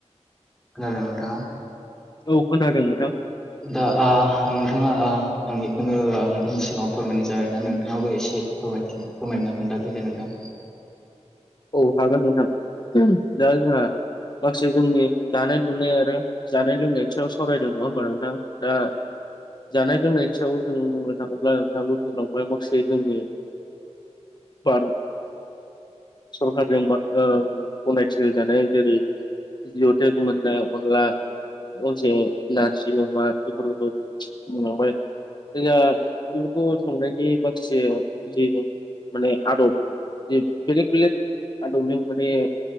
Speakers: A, in the centre; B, on the left (about 40°).
A: खोनादोंना नोंथाङा
B: औ खोनादों नोंथां
A: दा ओ‌ आं नोंथाङा आं बेखौनो नोंथांनि सिगाङाव फोरमायनाय जाबाय दा नोंथाङाबो एसे फोरमथि फोरमायना खोन्थादो दे नोंथां।
B: औ हागोन नोंथां दा जोंहा माखासे जोंनि दानाय लुनाय आरो जानाय लोंनायनि सायाव सावरायदों नङा होमबा नोंथां दा जानाय लोंनायनि सायाव जों बुंनो थाङोब्ला नोंथाङाबो बुंलांबाय माखासे जोंनि बार सरखारजोंबा ओ गनायथि होजानाय जेरै जियथेक मोननाय अनला असे नारजि अमा <unintelligible> बुंलांबाय जोंहा बेफोरखौ संनायनि <unintelligible> से बिदि माने आदब <unintelligible> बेलग बेलेग आदबजों माने